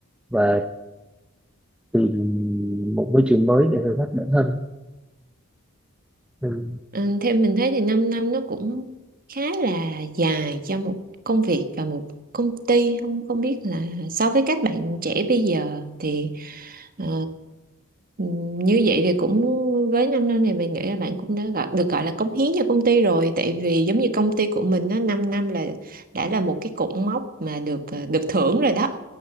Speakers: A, in the centre; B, on the right.
A: và tìm một môi trường mới để thử thách bản thân ừ.
B: Ừ, theo mình thấy thì 5 năm nó cũng khá là dài cho một công việc và một công ty không không biết là so với các bạn trẻ bây giờ thì ờ, ừ, như vậy thì cũng với 5 năm này mình nghĩ là bạn cũng đã gọi, được gọi là cống hiến cho công ty rồi tại vì giống như công ty của mình á 5 năm là đã là một cái cột mốc mà được ờ, được thưởng rồi đó